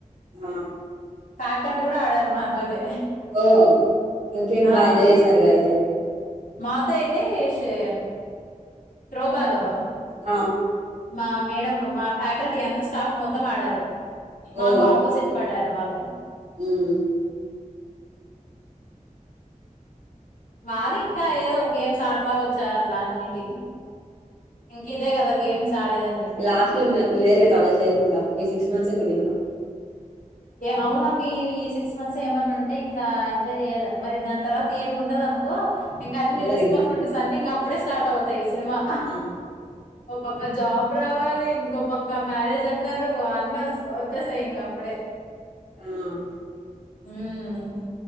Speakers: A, on the right; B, on the left.
A: ఆ
B: ఫ్యాకల్టీ కూడా ఆడారు మాతోటి
A: ఓ ఇంకేంటి
B: ఆ
A: బాగా ఎంజాయ్ చేసారుగా అయితే
B: మాతో అయితే షే త్రో బాల్
A: ఆ
B: మా మేడం మా ఫ్యాకల్టీ అంత స్టాఫ్ మొత్తం ఆడారు. మాకు
A: ఓ
B: ఆపోజిట్ పడారు వాళ్ళు
A: మ్మ్
B: వాళ్ళు ఇంకా ఏదో గేమ్స్ ఆడతా వచ్చారు అట్లా అన్నిటి ఇంక ఇదే కదా గేమ్స్ ఆడేదని చెప్పి
A: లాస్ట్ లో మీ మీదేలా కాలేజ్ లైఫ్ ఇంకా ఈ సిక్స్ మంత్స్ మీది ఇంకా
B: అవు నాకు ఈ ఈ సిక్స్ మంత్స్ ఏమన్నా ఉంటే ఇంకా ఎంజాయ్ చేయాలి. మరి దాని తర్వాత ఏం ఉండదు. అనుకో ఇంకా అన్ని
A: ఉండదు
B: రెస్పాన్సిబిలిటీస్
A: ఇంకా
B: అన్ని ఇంక అప్పుడే స్టార్ట్ అవుత్ త్ యి సినిమా
A: ఆ
B: ఒ పక్క జాబ్ రావాలి ఇంకో పక్క మ్యారేజ్ అంటారు. అన్ని వస్ వచ్చేస్తాయి ఇంకా అప్పుడే
A: ఆ
B: ఉమ్